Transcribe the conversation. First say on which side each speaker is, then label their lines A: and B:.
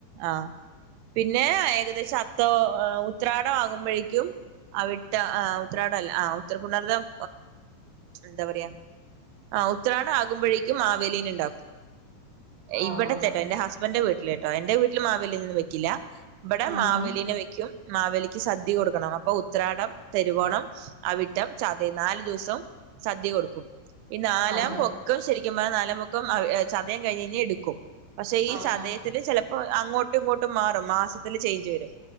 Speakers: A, on the right; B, on the right.
A: ആഹ് പിന്നെ ഏകദേശം അത്തം ഉത്രാടം ആകുമ്പഴേക്കും അവിട്ടം ആ ഉത്രാടമല്ല ആ ഉത്തര പുണർതം എന്താ പറയാ ആ ഉത്രാടം ആകുമ്പഴേക്കും മാവേലിനെ ഉണ്ടാക്കും
B: ആഹ്
A: ഇവടത്തെട്ടോ എന്റെ ഹസ്ബഡിന്റെ വീട്ടില് കേട്ടോ എന്റെ വീട്ടില് മാവേലിനെ ഒന്നും വെക്കില്ല ഇവടെ
B: ആഹാ
A: മാവേലീനെ വെക്കും മാവേലിക്ക് സദ്യ കൊടുക്കണം അപ്പൊ ഉത്രാടം തിരുവോണം അവിട്ടം ച തയം നാല് ദുവസം സദ്യ കൊടുക്കും ഈ നാലാം
B: ആഹാ
A: പൊ ക്കം ശരിക്കും പറഞ്ഞാ നാലാം പൊക്കം ചതയം കഴിഞ്ഞു കഴിഞ്ഞാൽ എടുക്കും പക്ഷേ ഈ
B: ആഹാ
A: ചതയത്തില് ചെല പ്പം അങ്ങോട്ടും ഇങ്ങോട്ടും മാറും മാസത്തില് ചേഞ്ച് വരും